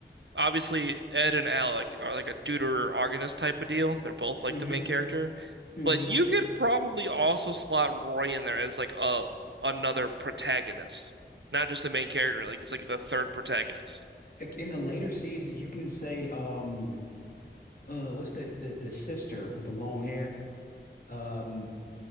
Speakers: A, on the right (about 80°); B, on the left (about 50°).
A: obviously Ed and Alec are like a deuteragonist type of deal. They're both like
B: hmm
A: the main character,
B: hmm
A: but you could probably also slot Roy in there as like a another protagonist, not just the main character. Like it's like the third protagonist.
B: Like in the later seasons, you can say, um, uh, what's that? The, the sister with the long hair. Um,